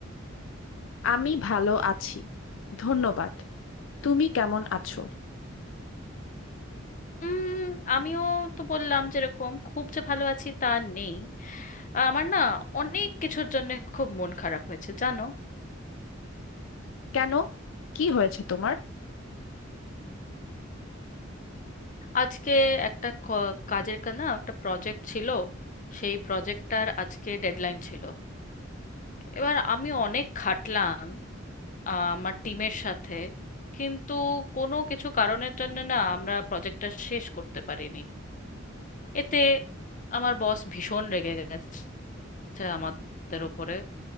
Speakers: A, on the left; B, on the left.
A: আমি ভালো আছি ধন্যবাদ তুমি কেমন আছো
B: উম, আমিও তো বললাম যেরকম খুব যে ভালো আছি তা নেই আমার না অনেক কিছুর জন্য খুব মন খারাপ হয়েছে জানো
A: কেন কি হয়েছে তোমার
B: আজকে একটা ক- কাজের কা- না একটা প্রজেক্ট ছিল সেই প্রজেক্টটার আজকে ডেডলাইন ছিল এবার আমি অনেক খাটলাম আহ, আমার টিমের সাথে কিন্তু কোনো কিছু কারণের জন্য না আমরা প্রজেক্টটা শেষ করতে পারিনি এতে আমার বস ভীষণ রেগে গেছে আমাদের উপরে